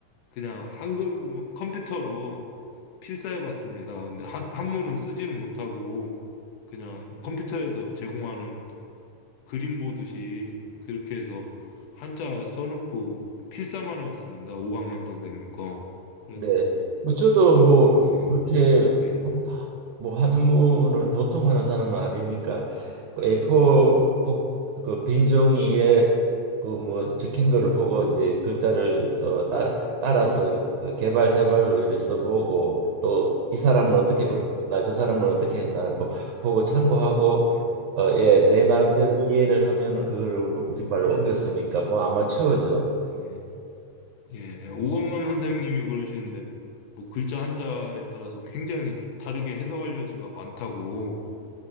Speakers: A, on the left; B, on the right.
A: 그냥 한글 부분 컴퓨터로 필사해봤습니다. 근데 한, 한문은 쓰지는 못하고 그냥 컴퓨터에서 제공하는 그림 보듯이 그렇게 해서 한자 써놓고 필사만 해봤습니다. 오강남 선생님 거. 그래서
B: 네. 뭐 저도 뭐
A: 어,
B: 그렇게
A: 예,
B: 한, 뭐 한문을 도통하는 사람은 아니니까 뭐 A4 복, 그빈 종이에 그 뭐 적힌 거를 보고 이제 글자를 어, 따, 따라서 그 개발 세발로 이래 써보고 또 이 사람은 어떻게
A: 예,
B: 했나 저 사람은 어떻게 했나 보, 보고 참고하고
A: 예,
B: 어, 예, 내 나름대로
A: 예,
B: 이해를 하면은 그거를 우리말로 옮겼으니까 뭐 아마추어죠.
A: 예, 예. 오강남 선생님이 그러시는데 뭐 글자 한자에 따라서 굉장히 다르게 해석할 여지가 많다고